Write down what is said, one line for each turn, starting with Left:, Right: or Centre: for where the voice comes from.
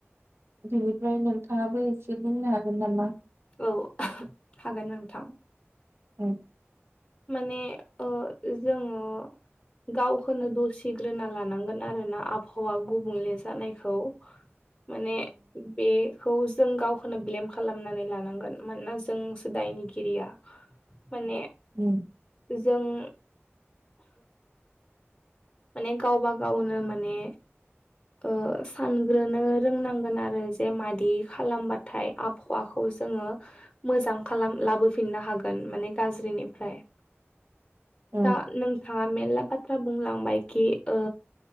Right: बिनिफ्राय नोंथाङाबो एसे बुंनो हागोन नामा?
Left: औ हागोन नोंथां।
Right: उम
Left: माने ओ जोङो गावखोनो दसिग्रोना लानांगोन आरोना आबहावा गुबुंले जानायखौ।
Right: <inaudible>
Left: माने बे खौ जों गावखोनो ब्लेम खालामनानै लानांगोन मानोना जोंसो दायनिगिरिया। माने
Right: उम
Left: जों <inaudible> माने गावबा गावनो माने ओ सानग्रोनो रोंनांगोन आरो जे मादि खालामबाथाय आबहावाखौ जोङो मोजां खालाम लाबोफिननो हागोन माने गाज्रिनिफ्राय।
Right: औ
Left: दा नोंथाङा मेरला बाथ्रा बुंलांबायखि ओ